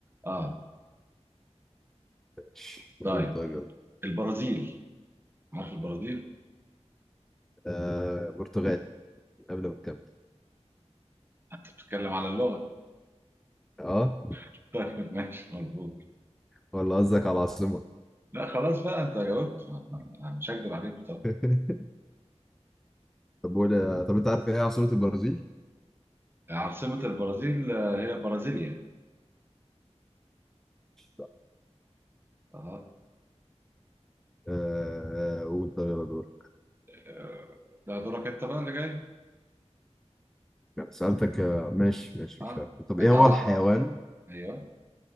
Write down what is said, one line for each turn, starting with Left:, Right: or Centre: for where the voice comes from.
Right: أه
Centre: ش- قول
Right: طيب
Centre: طيب يلا
Right: البرازيل عارف البرازيل؟
Centre: آه برتغال قبل ما تكمل
Right: أنت بتتكلم على اللغة
Centre: اه
Right: <laughs> طيب ماشي مظبوط
Centre: ولا قصدك على العاصمة
Right: لا خلاص بقى أنت جاوبت أنا مش هكدب عليك
Centre: <laughs> طب قول طب انت عارف ايه عاصمة البرازيل؟
Right: عاصمة البرازيل آه، هي برازيليا
Centre: لا.
Right: اها
Centre: آه قول طب يلا دور
Right: آه، ده دورك انت بقى اللي جاي
Centre: سألتك آه، ماشي ماشي
Right: اه
Centre: مش عارف طب ايه
Right: انت
Centre: هو
Right: على
Centre: الحيوان
Right: ايوه